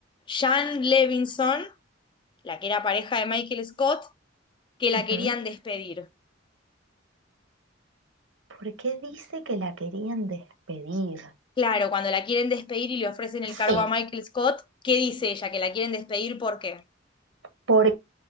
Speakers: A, on the left; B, on the right.
A: Jan Levinson, la que era pareja de Michael Scott, que la
B: Ujú.
A: querían despedir?
B: ¿Por qué dice que la querían despedir?
A: Claro, cuando la quieren despedir y le ofrecen el cargo
B: Sí,
A: a Michael Scott, ¿qué dice ella? ¿Que la quieren despedir por qué?
B: porque